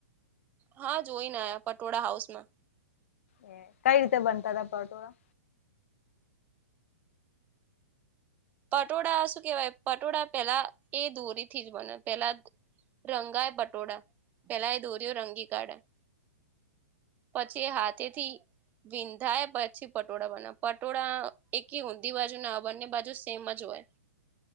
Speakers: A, on the right; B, on the left.
A: હા જોઈને આયા પટોળા હાઉસ માં.
B: એ કઈ રીતે બનતાાર પઉટોરા.
A: પટોળા શું કેહેવાય પટોળા પેલા એ દોરીથી જ બને પેલા. રંગાય બટોળા પેલા એ દોરયો રંગી કાઢાય. પછી હાથેથી. વિંધાય પછી પટોળા બનાવ પટોળા એકી ઊંધી બાજુ ના બંને બાજુ. તેમમ જ હોય.